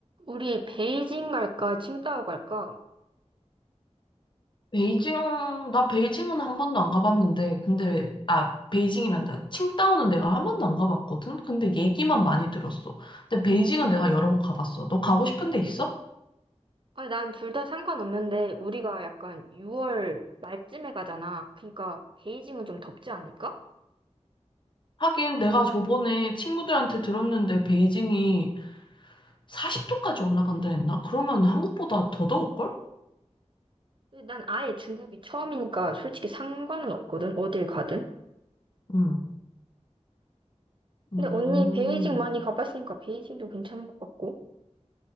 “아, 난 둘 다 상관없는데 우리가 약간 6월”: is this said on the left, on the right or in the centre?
Right